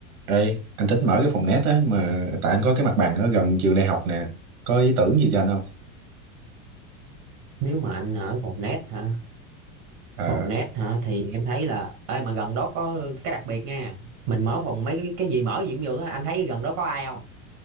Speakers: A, on the right (about 80°); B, on the right (about 45°).
A: Ê, anh tính mở cái phòng net á mà tại anh có cái mặt bằng ở gần trường đại học nè. Có ý tưởng gì cho anh không?
B: nếu mà anh ở phòng net hả
A: Ờ,
B: phòng net hả thì em thấy là ê mà gần đó có cái đặc biệt nha mình mở phòng mấy cái, cái gì mở gì cũng được á anh thấy gần đó có ai không